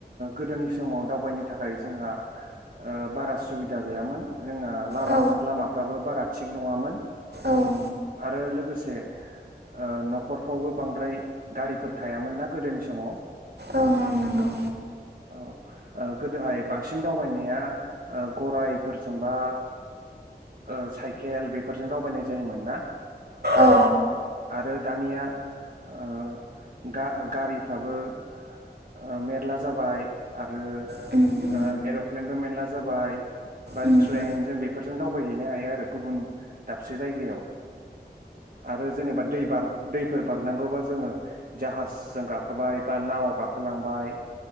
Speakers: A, on the right; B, on the right.
A: गोदोनि समाव दावबायनो थाखाय जोंहा बारा सुबिदा गैयामोन जोंना लामा
B: औ।
A: -लामाफ्राबो बारा थिग नङामोन
B: ओं
A: आरो लोगोसे ओ न'खरफ्रावबो बांद्राय गारिफोर थायामोन ना गोदोनि समाव।
B: ओं नंगौ
A: औ। ओ गोदोहाय बांसिन दावबायनाया ओ गरायफोरजोंबा ओ साइकेल बेफोरजों दावबायनाय जायोमोन ना।
B: औ।
A: आरो दानिया ओ गा-गारिफ्राबो ओ मेरला जाबाय आरो
B: ट्रेनजों
A: ओ एर'प्लेनबो मेरला जाबाय। बा
B: बेफोरजों
A: ट्रेन जों बेफोरजों दावबायहैनो हायो आरो गुबुन दाबसे जायगायाव। आरो जेनेबा दै बार दैफोर बारनांगौबा जोङो जाहाजजों गाखो खोबाय बा नाव गाखोलांबाय